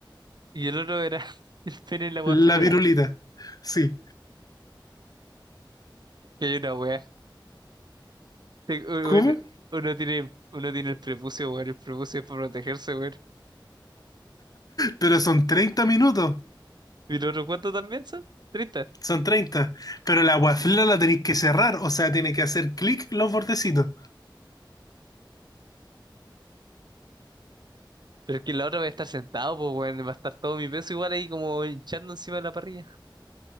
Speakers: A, on the right; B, on the left.
A: Y el otro era <laughs> el pene en la guafelera.
B: La virulita. Sí.
A: Y hay una wea. Te- u-
B: ¿Cómo?
A: Bueno, uno tiene, uno tiene el prepucio, weón. El prepucio es para protegerse, weón.
B: Pero son 30 minutos.
A: ¿Y el otro cuánto también son? treinta
B: Son treinta. Pero la guaflera la tenéis que cerrar. O sea, tiene que hacer clic los bordecitos.
A: Pero es que la otra va a estar sentado, pues, weón. Va a estar todo mi peso igual ahí como hinchando encima de la parrilla.